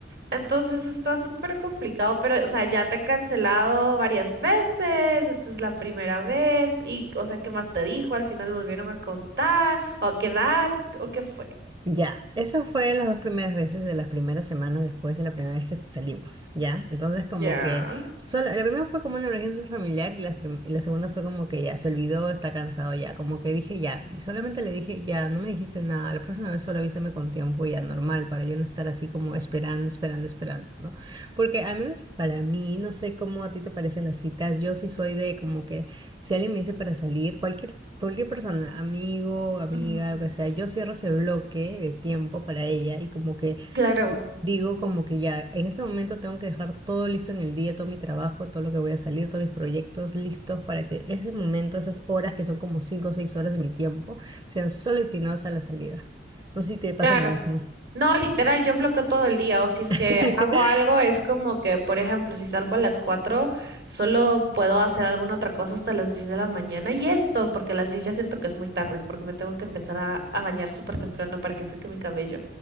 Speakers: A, on the right; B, on the right.
A: Entonces está súper complicado, pero, o sea, ya te he cancelado varias veces, esta es la primera vez, y, o sea, ¿qué más te dijo? Al final volvieron a contar, o a quedar, o qué fue.
B: Ya, eso fue las dos primeras veces de las primeras semanas después de la primera vez que salimos, ¿ya? Entonces como
A: Ya.
B: que solo, la primera fue como una emergencia familiar y la, y la segunda fue como que ya se olvidó, está cansado ya, como que dije ya, y solamente le dije ya, no me dijiste nada, la próxima vez solo avísame con tiempo ya normal para yo no estar así como esperando, esperando, esperando, ¿no? Porque al menos para mí, no sé cómo a ti te parecen las citas, yo sí soy de como que si alguien me dice para salir, cualquier, cualquier persona, amigo, amiga,
A: Ujú.
B: lo que sea, yo cierro ese bloque de tiempo para ella y como que
A: Claro,
B: digo como que ya, en este momento tengo que dejar todo listo en el día, todo mi trabajo, todo lo que voy a salir, todos mis proyectos listos para que ese momento, esas horas que son como 5 o 6 horas de mi tiempo, sean solo destinados a la salida. No sé si te pasa
A: claro.
B: lo mismo.
A: No, literal, yo bloqueo todo el día, o si es
B: <laughs>
A: que hago algo, es como que, por ejemplo, si salgo a las 4, solo puedo hacer alguna otra cosa hasta las 10 de la mañana, y esto, porque a las 10 ya siento que es muy tarde, porque me tengo que empezar a, a bañar súper temprano para que seque mi cabello,